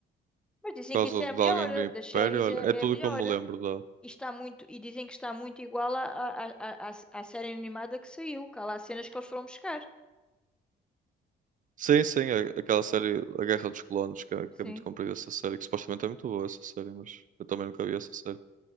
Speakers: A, in the centre; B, on the right.
A: Mas dizem
B: por
A: que isso
B: causa
A: é a
B: de
A: melhor,
B: alguém
A: eh,
B: do Império.
A: das séries
B: Olha,
A: é,
B: é tudo
A: é a melhor.
B: que eu me
A: eh.
B: lembro
A: E está muito, e dizem que está muito igual à, à, à, à à série animada que saiu, que há lá cenas que eles foram buscar.
B: Sim, sim, a- aquela série A Guerra dos Clones, que é, que
A: Sim,
B: é muito comprida essa série, que supostamente é muito boa essa série, mas eu também nunca vi essa série.